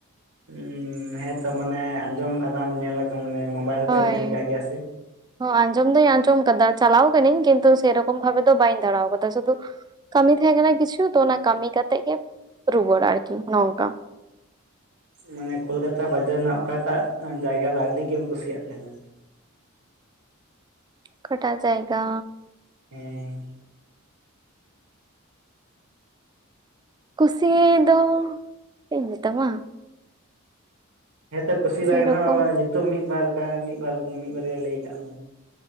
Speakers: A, on the right; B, on the right.
A: ᱩᱸ ᱦᱮᱸᱛᱚ ᱢᱟᱱᱮ ᱟᱸᱡᱚᱢ ᱟᱠᱟᱫᱟᱢ ᱧᱮᱞ ᱢᱟᱱᱮ ᱢᱳᱵᱟᱭᱤᱞ
B: ᱦᱳᱭ
A: ᱠᱟᱨᱮᱢ ᱧᱮᱞ ᱟᱠᱟᱫ ᱜᱮᱭᱟ ᱥᱮ?
B: ᱟᱸᱡᱚᱢ ᱫᱚᱧ ᱟᱸᱡᱚᱢ ᱟᱠᱟᱫᱟ ᱪᱟᱞᱟᱣ ᱠᱟᱹᱱᱟᱹᱧ ᱠᱤᱱᱛᱩ ᱥᱮᱨᱚᱠᱚᱢ ᱵᱷᱟᱵ ᱫᱚ ᱵᱟᱹᱧ ᱫᱟᱬᱟ ᱟᱠᱟᱫᱟ ᱥᱩᱫᱩ ᱠᱟᱹᱢᱤ ᱛᱟᱦᱮᱸ ᱠᱟᱱᱟ ᱠᱤᱪᱷᱩ ᱛᱚ ᱚᱱᱟ ᱠᱟᱹᱢᱤ ᱠᱟᱛᱮᱜ ᱜᱮ ᱨᱩᱣᱟᱹᱲᱟ ᱟᱨᱠᱤ ᱱᱚᱝᱠᱟ
A: ᱢᱟᱱᱮ ᱠᱳᱞᱠᱟᱛᱟ ᱵᱟᱡᱟᱨ ᱨᱮᱱᱟᱜ ᱚᱠᱟᱴᱟᱜ ᱡᱟᱭᱜᱟ ᱫᱚ ᱟᱹᱰᱤᱜᱤᱢ ᱠᱩᱥᱤᱭᱟᱜ ᱛᱟᱦᱮᱱᱟ?
B: ᱚᱠᱟᱴᱟ ᱡᱟᱭᱜᱟ
A: ᱦᱮᱸ
B: ᱠᱩᱥᱤ ᱫᱚ ᱪᱮᱫ ᱤᱧ ᱢᱮᱛᱟᱢ-ᱟ
A: ᱦᱮᱸᱛᱚ ᱠᱩᱥᱤ ᱵᱟᱝ
B: ᱥᱮᱨᱚᱠᱚᱢ
A: ᱨᱮᱦᱚᱸ ᱧᱩᱛᱩᱢ ᱢᱤᱫ ᱵᱟᱨ ᱢᱤᱫ ᱵᱟᱨ ᱢᱤᱫ ᱵᱟᱨᱭᱟ ᱞᱟᱹᱭ ᱠᱟᱜ ᱢᱮ᱾